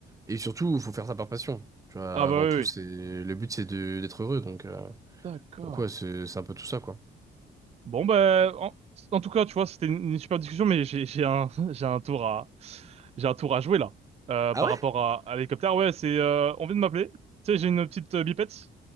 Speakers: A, on the right; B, on the right.
A: Et surtout, il faut faire ça par passion. Tu vois,
B: Ah
A: avant
B: bah oui,
A: tout,
B: oui.
A: c'est le but, c'est de d'être heureux, donc, euh,
B: D'accord.
A: donc ouais, c'est c'est un peu tout ça, quoi.
B: Bon, bah, en, en tout cas, tu vois, c'était une, une super discussion, mais j'ai, j'ai un, <laughs> j'ai un tour à, j'ai un tour à jouer là, euh,
A: Ah
B: par
A: ouais?
B: rapport à, à l'hélicoptère. Ouais, c'est, euh, on vient de m'appeler. Tu sais, j'ai une petite euh, bipette.